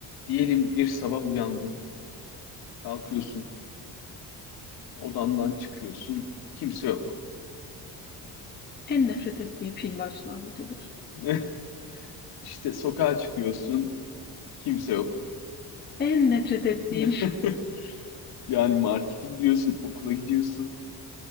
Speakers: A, on the left; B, on the left.
A: Diyelim bir sabah uyandın, kalkıyorsun, odandan çıkıyorsun, kimse yok.
B: En nefret ettiğim film başlangıcıdır.
A: <laughs> İşte sokağa çıkıyorsun, kimse yok.
B: En nefret ettiğim
A: <laughs> Yani markete gidiyorsun, okula gidiyorsun,